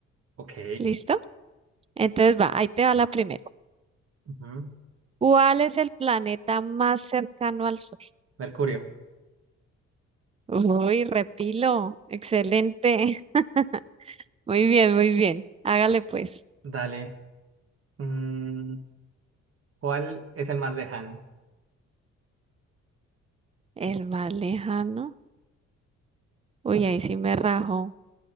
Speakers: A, on the right; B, on the right.
A: Ok.
B: ¿Listo? Entonces va, ahí te va la primera.
A: Ujú.
B: ¿Cuál es el planeta más cercano al Sol?
A: Mercurio,
B: Uy, repilo. Excelente. <laughs> Muy bien, muy bien. Hágale pues.
A: dale. Mm, ¿cuál es el más lejano?
B: El más lejano. Uy, ahí sí me rajó.